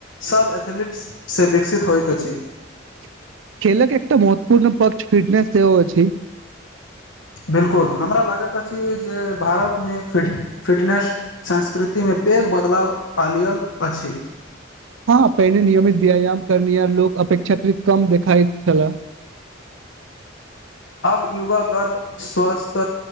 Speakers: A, on the left; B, on the right.
A: सब एथलीट्स से विकसित होइ होइत अछि
B: <inaudible> एकटा महत्वपूर्ण पक्ष फिटनेस सेहो अछि
A: बिलकुल हमरा लागैत अछि कि जे भारतमे फिट फिटनेस संस्कृति मे पैघ बदलाव आलियल अछि
B: हँ पहिने नियमित व्यायाम करनिहार लोक अपेक्षाकृत कम देखाइत छलए <inaudible>
A: अब योगा करब स्वस्थ